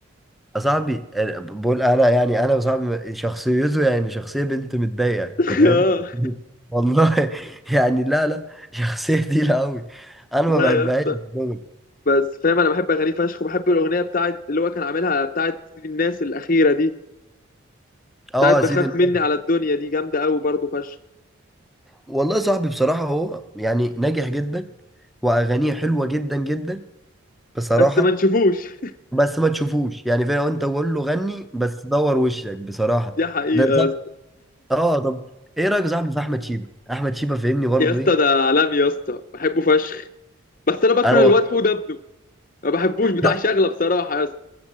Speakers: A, in the centre; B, on the left (about 40°).
A: صاحبي أنا بقول انا يعني انا وصاحبي شخصيته يعني شخصيه بنت متضايقه انت
B: <laughs>
A: فاهم
B: آه.
A: <laughs> والله يعني لا لا شخصيه تقيله قوي انا
B: لا
A: ما بحبهاش
B: يا اسطى
A: في الشغل.
B: بس فاهم انا بحب اغانيه فشخ وبحب الاغنيه بتاعت اللي هو كان عاملها بتاعت سيدي الناس الاخيره دي
A: اه
B: بتاعت
A: يا
B: بخاف
A: سيدي النبي.
B: مني على الدنيا دي جامده قوي برضه فشخ
A: والله صاحبي بصراحه هو يعني ناجح جدا واغانيه حلوه جدا جدا بصراحه
B: بس ما نشوفوش <laughs>
A: بس ما تشوفوش يعني فاهم انت قول له غني بس دور وشك بصراحه
B: دي حقيقه
A: ده صاحبي
B: يا اسطى
A: اه طب ايه رايك يا صاحبي في احمد شيبه احمد شيبه فاهمني برضه
B: يا اسطى
A: ايه
B: ده عالمي يا اسطى بحبه فشخ بس انا بكره
A: انا و...
B: الواد حوده ابنه ما بحبوش بتاع
A: <laughs>
B: شغله بصراحه يا اسطى